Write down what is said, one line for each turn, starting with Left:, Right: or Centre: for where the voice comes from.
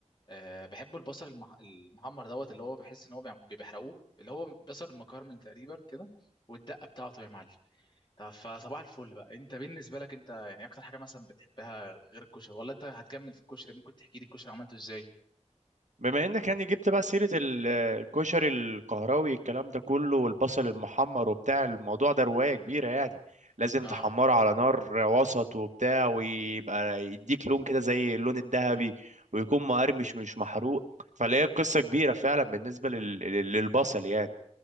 Left: أه بحب البصل المح... المحمر دوت اللي هو بحس ان هو بيع- بيحرقوه اللي هو بصل المكرمل تقريبا كده والدقه بتاعته يا معلم طب فصباح الفل بقى انت بالنسبه لك انت يعني اكتر حاجه مثلا بتحبها غير الكشري ولا انت هتكمل في الكشري ممكن تحكي لي الكشري عملته ازاي
Right: بما انك يعني جبت بقى سيرة ال- الكشري القهراوي الكلام ده كله والبصل المحمر وبتاع الموضوع ده رواية كبيرة يعني لازم
Left: اه
Right: تحمره على نار وسط وبتاع ويبقى يديك لون كده زي اللون الذهبي ويكون مقرمش مش محروق فلا هي قصة كبيرة فعلا بالنسبة لل- لل- للبصل يعني